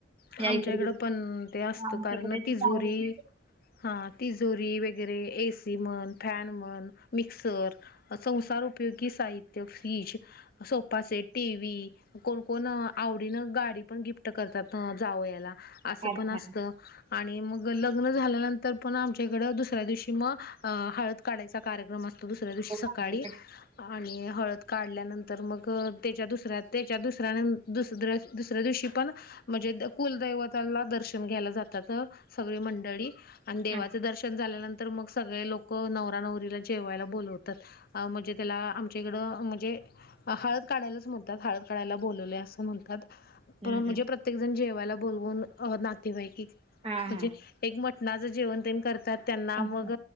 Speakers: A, on the left; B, on the right.
A: आमच्या
B: या इतर
A: इकडं
B: गोष्टी
A: पण ते असतो
B: आमच्याकडे
A: कारण
B: असे
A: तिजोरी.
B: पाहुणे
A: हा तिजोरी वगैरे ए. सी म्हण फॅन म्हण मिक्सर.. संसार उपयोगी साहित्य fridge. Sofa set, T. V कोणकण आवडीनं गाडी पण गिफ्ट करतात. जावाई याला असं
B: अच्छा.
A: पण असतं. आणि मग लग्न झाल्यानंतर पण आमच्याकडं दुसऱ्या दिवशी मग हळद. काढायचा कार्यक्रम असतो दुसऱ्या दिवशी
B: हो,
A: सकाळी
B: आमच्याकडे
A: आणि हळद काढल्यानंतर मग त्याच्या दुसऱ्या त्याच्या दुसऱ्यान दुसरा.. दुसऱ्या दिवशी पण म्हणजे कुलदैवताला दर्शन घ्यायला जातात. सगळी मंडळी. आणि देवाचं
B: अच्छा.
A: दर्शन झाल्यानंतर मग सगळे लोक नवरा नवरीला जेवायला बोलवतात. अ म्हणजे त्याला आमच्याकडं म्हणजे हळद काढायलाच म्हणत्यात. हळद काढायला बोलवलय अस म्हणतात.
B: हं,
A: म्हणजे
B: हं.
A: प्रे प्रत्येक जण जेवायला बोलवून नातेवाईक
B: हां,
A: म्हणजे
B: हां.
A: एक मटणाचं जेवण ते करतात त्यांना
B: अच्छा.
A: मग